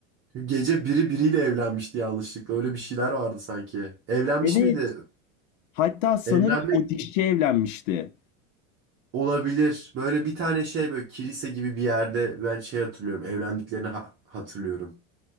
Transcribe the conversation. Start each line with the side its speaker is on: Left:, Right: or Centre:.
Right: gece biri biriyle evlenmişti yanlışlıkla. Öyle bir şeyler vardı sanki. Evlenmiş
Left: Evet.
Right: miydi?
Left: Hatta sanırım
Right: Evlenmek
Left: o dişçi evlenmişti.
Right: Olabilir. Böyle bir tane şey böyle kilise gibi bir yerde ben şey hatırlıyorum. Evlendiklerini ha- hatırlıyorum.